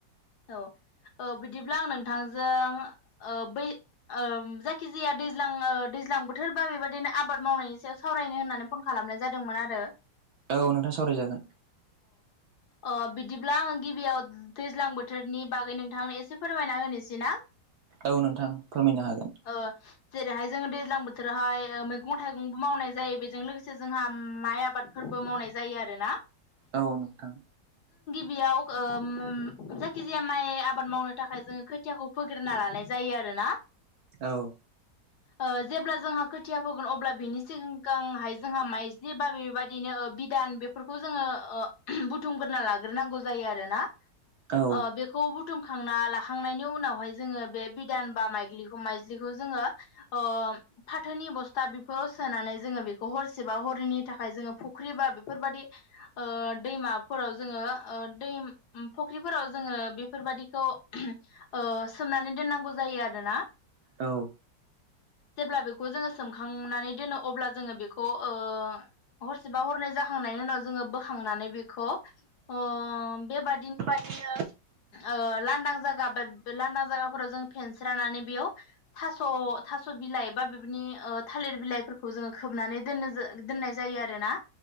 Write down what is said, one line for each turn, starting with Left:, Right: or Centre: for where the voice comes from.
Left: औ बिदिब्ला आं नोंथांजों ओ बै ओ जायखिजाया दैज्लां दैज्लां बोथोर बा बेबायदिनो आबाद मावनायनि सायाव सावरायनो होननानै फन खालाम लामनाय जादोंमोन आरो।
Right: औ नोंथां सावरायजागोन।
Left: अ बिदिब्ला आङो गिबियाव दैज्लां बो थोरनि बागै नोंथांनो एसे फोरमायना होनोसै ना।
Right: औ नोंथां फोरमायनो हागोन।
Left: ओ जेरैहाय जोङो दैज्लां बोथोरावहाय मैगं थाइगंबो मावनाय जायो बेजों लोगोसे जोंहा माइ आबादफोर बो मावनाय जायो आरो ना।
Right: औ नोंथां।
Left: बियाव ओम खिजाया माइ आबाद मावनो थाखाय जोङो खोथियाखौ फोग्रोनना लानाय जायो आरोना।
Right: औ।
Left: ओ जेब्ला जोंहा खोथिया होगोन अब्ला बिनि सिगगांहाय जोंहा माइज्लि बा बेबायदिनो बिदान बेफोरखौ जोङो बुथुमग्रोना लाग्रोनांगौ जायो आरोना।
Right: औ
Left: अ बेखौ बुथुम खांना लाखांनायनि उनावहाय जोङो बे बिदान बा माइग्लिखौ माइज्लिखौ जोङो ओ फाथोनि बस्था बेफोराव सोनानै जोङो बेखौ हरसेबा हरैनि थाखाय जोङो फुख्रि बा बेफोरबायदि ओ दैमाफोराव जोङो ओ दै फख्रि फोराव जोङो बेफोरबादिखौ ओ सोमनानै दोननांगौ जायो आरोना।
Right: औ
Left: जेब्ला बेखौ जोङो सोमखांनानै दोनो अब्ला जोङो बेखौ ओ हरसेबा हरनै जाखांनायनि उनाव जोङो बोखांनानै बेखौ ओ बेबा
Right: बादिनो
Left: ओ लांदां जायगा बे लांदां जायगाफोराव जों फेनस्रा नानै बेयाव थास' थास' बिलाइ बा बेबनि ओ थालिर बिलाइफोरखौ जोङो खोबनानै दोननो जो दोननाय जायो आरोना।